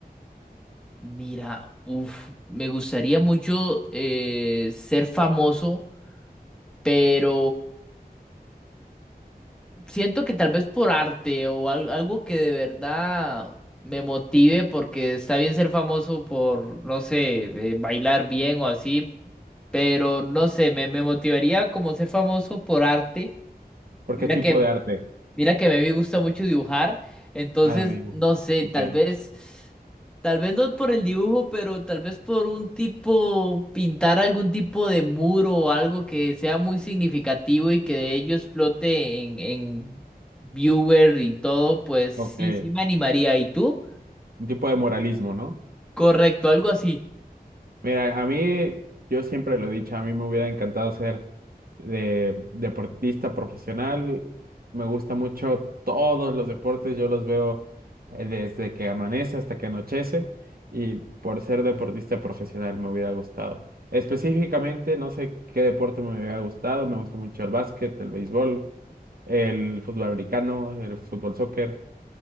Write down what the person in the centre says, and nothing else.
Mira, uff, me gustaría mucho eh, ser famoso pero siento que tal vez por arte o al- algo que de verdad me motive, porque está bien ser famoso por, no sé, eh, bailar bien o así, pero no sé, me, me motivaría como ser famoso por arte.
Mira
que
Mira que a mí me gusta mucho dibujar, entonces
no sé,
tal vez, tal vez no por el dibujo, pero tal vez por un tipo, pintar algún tipo de muro o algo que sea muy significativo y que de ello explote en, en viewer y todo, pues sí,
sí me animaría. ¿Y tú?
Correcto, algo así.